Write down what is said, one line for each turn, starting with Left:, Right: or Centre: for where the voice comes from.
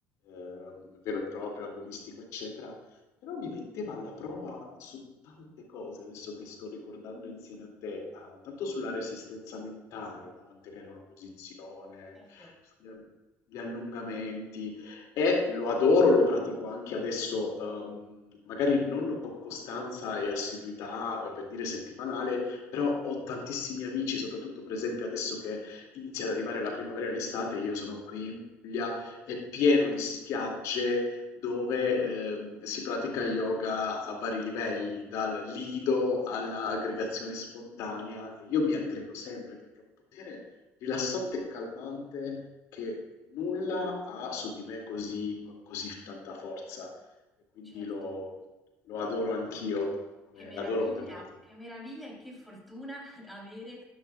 Left: ehm, vero e proprio, agonistico, eccetera, però mi metteva alla prova su tante cose, adesso che sto ricordando insieme a te, ah, tanto sulla resistenza mentale, no? Mantenere una posizione,
Centre: Certo,
Left: sugli all- gli allungamenti, e lo adoro, lo pratico anche adesso, ehm, magari non con costanza e assiduità, eh, per dire settimanale, però ho tantissimi amici, soprattutto per esempio adesso che inizia ad arrivare la primavera e l'estate, io sono qui in Puglia, è pieno di spiagge dove, ehm, si pratica yoga a vari livelli, dal lido all'aggregazione spontanea. E Io mi aggrego sempre perché è un potere rilassante e calmante che nulla ha su di me così, con così tanta forza. E quindi
Centre: certo.
Left: lo, lo adoro anch'io, come-
Centre: Che meraviglia,
Left: l'adoro come pratica.
Centre: che meraviglia e che fortuna <laughs> avere